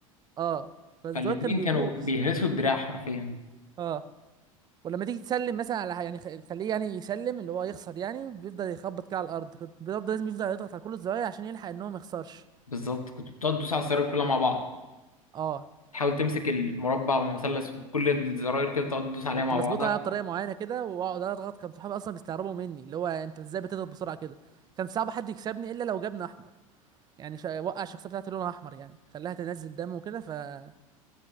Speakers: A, on the right; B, on the left.
A: اه فالزرار
B: فالاتنين
A: كان بيبوظ
B: كانوا بيهرسوا الدراع حرفيا
A: اه ولما تيجي تسلم مثلا على ح- يعني خ- خليه يعني يسلم اللي هو يخسر يعني بيفضل يخبط كده على الارض كنت بيفضل لازم يفضل يضغط على كل الزراير عشان يلحق ان هو ما يخسرش
B: بالظبط كنت بتقعد تدوس على الزراير كلها مع بعض
A: اه
B: تحاول تمسك المربع والمثلث وكل الزراير كده تقعد تدوس عليها
A: كنت
B: مع
A: بظبطها
B: بعضها
A: انا بطريقه معينه كده واقعد اضغط كان صحابي اصلا بيستغربوا مني اللي هو انت ازاي بتضغط بسرعه كده كان صعب حد يكسبني الا لو جابني احمر يعني شا... وقع الشخصيه بتاعتي لونها احمر يعني خلاها تنزل دم وكده فكنت